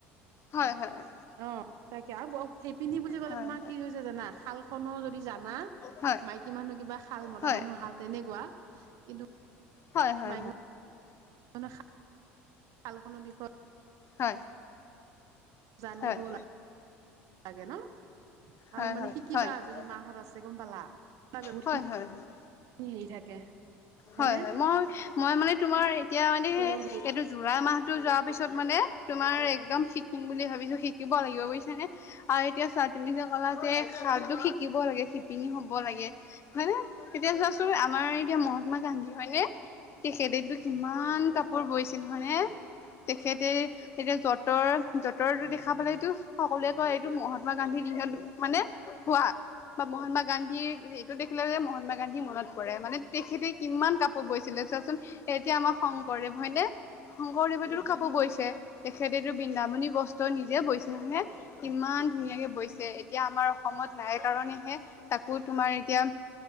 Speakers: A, on the left; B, on the right.
A: হয় হয় হয়।
B: অ', তাকে আৰু <unintelligible> শিপিনী বুলি ক'লে
A: হয়
B: তোমাৰ কি হৈছে জানা? শালখনৰো য দি জানা,
A: হয়
B: মাইকী মানুহ কিবা শাল মতা
A: হয়
B: মানুহ শাল তেনেকুৱা কিন্তু
A: হয় হয়
B: মাইকী <unintelligible> শালখনৰ বিষয়ে
A: হয়।
B: জানিব
A: হয় হয় হয় হয়
B: লা লাগে ন'?
A: হয়
B: আৰু মানে
A: হয়
B: শিকিবা
A: হয়
B: যদি মাহত আছে গ'ম পালা? বহুত
A: হয়
B: খিনি
A: হয় হয়।
B: হেৰি থাকে হয়নে
A: হয়, হয়, মই মই মানে তোমাৰ এতিয়া মানে
B: চিলনী
A: এইটো জুলাই মা মাহতো যোৱাৰ পিছত মানে তোমাৰ এক্দম শিকিম বুলি ভাবিছো শিকিব লাগিব বুজিছানে আৰু এতিয়া চোৱা তুমি যে ক'লা যে শাকটো শিকিব লাগে, শিপিনী হ'ব লাগে হয় নে। তেতিয়া চোৱাচোন আমাৰ এতিয়া মহাত্মা গান্ধী হয়নে? তেখেতেতো কি ইমান কাপোৰ বৈছিল হয়নে? তেখেতে তেতিয়া যতৰ যতৰটো দেখা পালেতো সকলোৱে কয় এইটো মহাত্মা গান্ধীৰ দিনত মানে হোৱা বা মহাত্মা গান্ধীৰ এইটো দেখিলে যে মহাত্মা গান্ধী মনত পৰে মানে তেখেতে কিমান কাপোৰ বৈছিলে চোৱাচোন, এতিয়া আমাৰ শংকৰদেৱ হয়নে? শংকৰদেৱেতো কাপোৰ বৈছে তেখেতেতো বৃন্দাবনী বস্তু নিজে বৈছে হয়নে? কিমান ইমান ধুনীয়াকে বৈছে এতিয়া আমাৰ অসমত নাই কাৰনেহে, তাকো তোমাৰ এতিয়া